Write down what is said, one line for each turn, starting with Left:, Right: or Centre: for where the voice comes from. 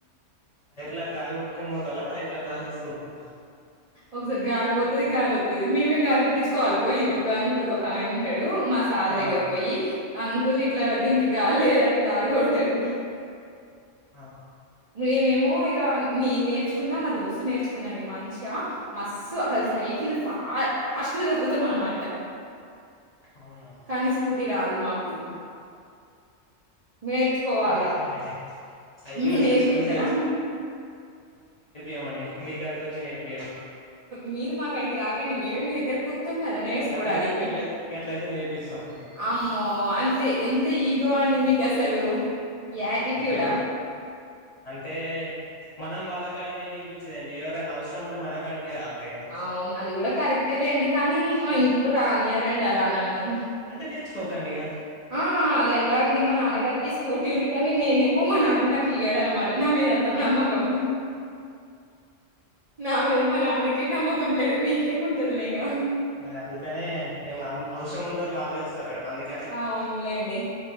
Left: టైర్లా గాలి కొట్టుకొని పోతాలా టైర్లా గాలి తీసుకొని పోతాలా
Right: ఒకసారి గాలి పోతుది గాలి వతది మేమే గాలి కొట్టిచు కోలిపోయి ఒక అంకుల్ ఒక ఆయన ఉంటాడు మా సార్
Left: ఆ
Right: దగ్గరకు పోయి అంకుల్ ఇట్లా దీనికి గాలి లేదంటే గాలి కొడతాడు
Left: ఆ
Right: టే మేము ఇక నేను నేర్చుకున్నా మా దోస్తు నేర్చుకుందా అండి, మంచిగా మస్సు అసలు సైకిల్ ఫా ఫాస్ట్ గా దొక్కుతాం అన్నమాట
Left: అవునా
Right: కానీ స్కూటీ రాదు మా కు నేర్చుకోవాలా
Left: స్కూటీ ఏముందిలేండి సైకిల్
Right: మే
Left: వస్తే
Right: నేర్పితారా
Left: స్కూటీ ఏమొండి మీకాడికి వచ్చి నేర్పియమి
Right: మీరు మాక్కడికి రాకండి మేమే మీ దగ్గరకి వా అర్థం కదా నేర్చకోడానికి
Left: గట్లయితే గట్లయితే గట్లయితే నేర్పిస్తామండి
Right: అమ్మో అంటే ఎంత ఈ ఇగ అండి మీకసలు యటిట్యూడ్
Left: అంటే
Right: హా
Left: అంటే మనం వాళ్ల గాడికి నేర్పించదండి ఎవరైనా అవసరం ఉంటే మన కాడికే రావాలి గాని
Right: అవును అది కూడా కరెక్టే లేండి, కానీ మా
Left: మరి
Right: ఇంట్లో రానియ్యారండి అలా నన్ ఉ
Left: అంటే నేర్చుకోకండి ఇక
Right: ఆ అలా ఎలా అండి మా నాన్నగారికి స్కూటీ ఉంది కానీ నేనేమ్ ఏమో మా నాన్న నాకు ఇయ్యాడ అనమాట నా మీదంత నమ్మకం నావ ఇదమ్మా నానక కే నమ్మకం లేదు మీకేం ఉంటది లే ఇంకా
Left: మరి అందుకనే ఎం అవసరం ఉంటే వాళ్ళే వస్తారు కదా అందుకే
Right: అవునులేండి,